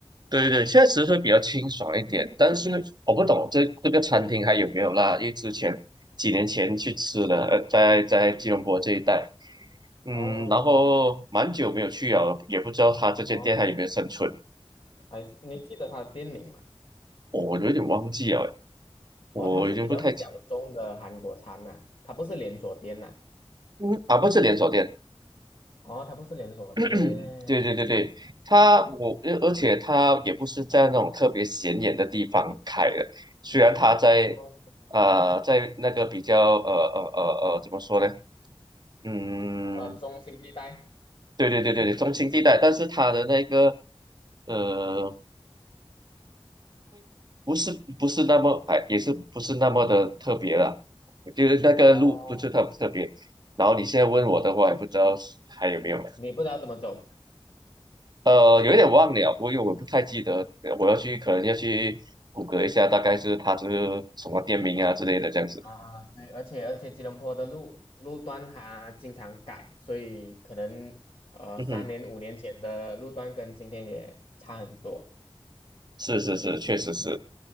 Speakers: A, on the right; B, on the left.
A: 对对，现在其实会比较清爽一点。但是我不懂这这个餐厅还有没有啦，因为之前几年前去吃了，呃，在在吉隆坡这一带，嗯，
B: 哦
A: 然后蛮久没有去了，也不知道他这间店还有没有生存，
B: 哦，还是你记得它的店名吗？
A: 我我有点忘记了，我已经不太，
B: 哦，它是比较小众的韩国餐呐、它不是连锁店呐、
A: 嗯，啊，不是连锁店，
B: 哦，它不是连锁店。
A: <clears throat> 对对对对，它我呃而且它也不是在那种特别显眼的地方开的，虽然它在
B: 哦，
A: 呃在那个比较呃呃呃呃怎么说呢？嗯，
B: 呃，中心地带。
A: 对对对对对，中心地带，但是它的那个呃不是不是那么哎也是不是那么的特别了，就是那个路不是特特别。
B: 哦，
A: 然后你现在问我的话，也不知道还有没有。
B: 你不知道怎么走。
A: 呃，有一点忘了，我因为我不太记得，我要去可能要去谷歌一下，大概是它是什么店名啊之类的这样子。
B: 啊，对，而且而且吉隆坡的路路段它经常改，所以可能呃三年五年前的路段跟今天也差很多。
A: 嗯哼，是是是，确实是。